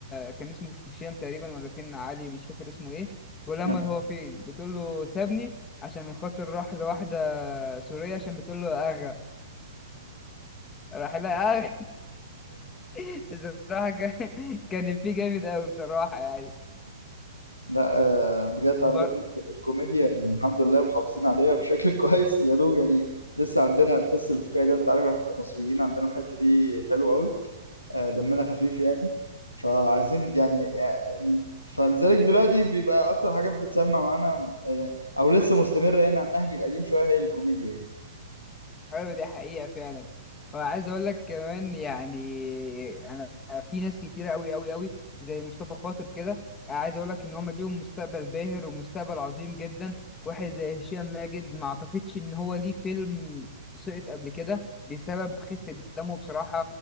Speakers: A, on the left; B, on the left.
A: كان اسمه هشام تقريبا ولا فين علي مش فاكر اسمه ايه بيقول لها
B: نعم.
A: امال هو فين بتقول له سابني عشان خاطر راح لواحده سوريه عشان بتقول له اغا راح لها اغا <laughs> بصراحه كان كان فيه جامد قوي بصراحه يعني
B: لا آه، بجد
A: وبر...
B: عندنا الكوميديا يعني الحمد لله محافظين عليها بشكل <laughs> كويس يا دوب يعني لسه عندنا الحس الفكاهي ده انت عارف احنا كمصريين عندنا الحتة دي حلوة قوي آه، دمنا خفيف يعني فعايزين يعني آه، فلذلك دلوقتي بيبقى اكتر حاجات بتسمع معانا آه، يعني او لسه مستمره يعني على النهج القديم شويه هي الكوميديا يعني
A: ايوه دي حقيقة فعلا وعايز اقول لك كمان يعني انا في ناس كتيرة قوي قوي قوي زي مصطفى خاطر كده عايز اقول لك ان هم ليهم مستقبل باهر ومستقبل عظيم جدا واحد زي هشام ماجد ما اعتقدش ان هو ليه فيلم سقط قبل كده بسبب خفة دمه بصراحة